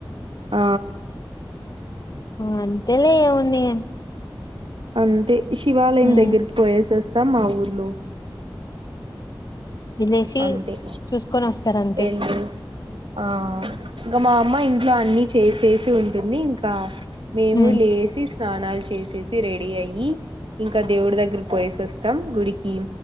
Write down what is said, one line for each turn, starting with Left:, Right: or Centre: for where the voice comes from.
Right: ఆ
Left: ఆ అంతలే ఏముంది గాని
Right: అంతే, శివాలయం
Left: హ్మ్
Right: దగ్గరికి పోయేసి వస్తాం మా ఊర్లో.
Left: ఎల్లేసి
Right: అంతే
Left: చూసుకొని వస్తారు అంతే.
Right: వెళ్ళు ఆ ఇంక మా అమ్మ ఇంట్లో అన్నీ చేచేసి ఉంటుంది ఇంక మేము
Left: హ్మ్
Right: లేచి స్నానాలు చేసేసి రెడీ అయ్యి ఇంకా దేవుడి దగ్గర పోయేసి వస్తాం గుడికి.